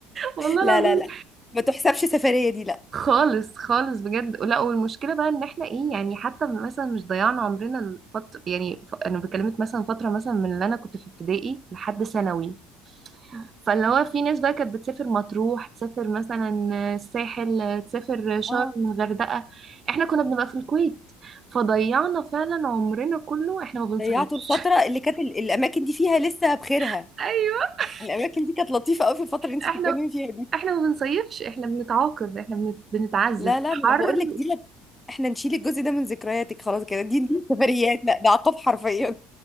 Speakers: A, on the right; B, on the left.
A: والله
B: لا
A: العظيم
B: لا لا ما تحسبش سفرية دي لا
A: خالص خالص بجد لا والمشكله بقى ان احنا ايه يعني حتى مثلا مش ضيعنا عمرنا الفتره يعني ف... انا بكلمك مثلا فتره مثلا من اللي انا كنت في ابتدائي لحد ثانوي فاللي هو في ناس بقى كانت بتسافر مطروح تسافر مثلا الساحل تسافر شرم
B: اه
A: الغردقه احنا كنا بنبقى في الكويت فضيعنا فعلا عمرنا كله احنا ما بنصيفش
B: ضيعتوا الفترة اللي كانت ال- الاماكن دي فيها لسه بخيرها
A: <laughs> ايوه
B: الاماكن دي كانت لطيفة قوي في الفترة اللي انت
A: احنا
B: بتتكلمي فيها دي
A: احنا ما بنصيفش احنا بنتعاقب احنا بنت... بنتعذب
B: لا لا
A: حر
B: ما انا بقول لك دي لك احنا نشيل الجزء ده من ذكرياتك خلاص كده دي دي سفريات لا ده عقاب حرفيا